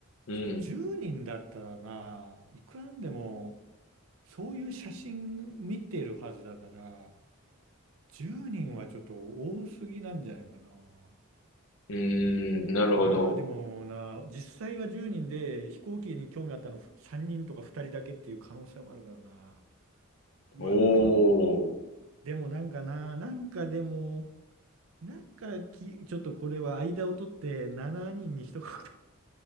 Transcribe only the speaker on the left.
うん。
うーん、なるほど。
おー。